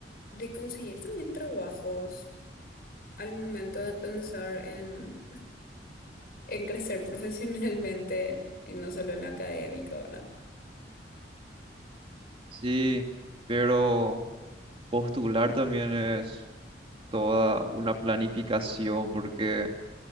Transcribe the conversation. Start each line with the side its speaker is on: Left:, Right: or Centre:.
Left: de conseguir también trabajos al momento de pensar en, en crecer <laughs> profesionalmente y no solo en lo académico, ¿verdad?
Right: Sí, pero postular también es toda una planificación porque